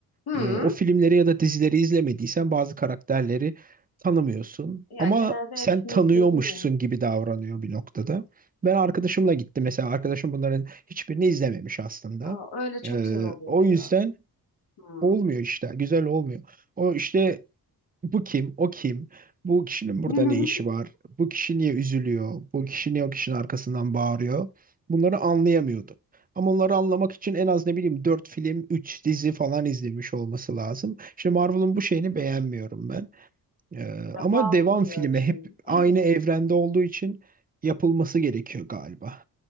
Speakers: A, on the left; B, on the right.
A: Hı?
B: E, O filmleri ya da dizileri izlemediysen bazı karakterleri tanımıyorsun.
A: Ya
B: Ama
A: genelde
B: sen
A: hepsini
B: tanıyormuşsun
A: izledim ya.
B: gibi davranıyor bir noktada. Ben arkadaşımla gittim mesela. Arkadaşım bunların hiçbirini izlememiş aslında.
A: Aa, öyle çok
B: E,
A: zor oluyor
B: O yüzden
A: ya. Hı.
B: olmuyor işte. Güzel olmuyor. O işte bu kim? O kim? Bu kişinin burada
A: <laughs>
B: ne işi var? Bu kişi niye üzülüyor? Bu kişi niye o kişinin arkasından bağırıyor? Bunları anlayamıyordu. Ama onları anlamak için en az ne bileyim 4 film, 3 dizi falan izlemiş olması lazım. Şimdi Marvel'ın bu şeyini beğenmiyorum ben. Ee,
A: Ya
B: ama
A: bağ
B: devam
A: kuruyor
B: filmi hep
A: çünkü.
B: aynı
A: Evet.
B: evrende olduğu için yapılması gerekiyor galiba.